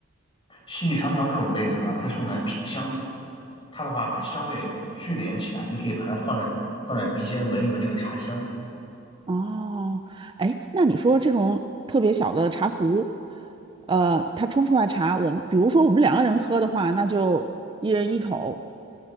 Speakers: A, on the left; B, on the right.
A: 细细长长这种杯子呢，它是用来品香的。它的话把香味聚敛起来，你可以把它放在放在鼻尖闻一闻这个茶香。
B: 哦，哎，那你说这种特别小的茶壶，呃，它冲出来茶，我们比如说我们两个人喝的话，那就一人一口。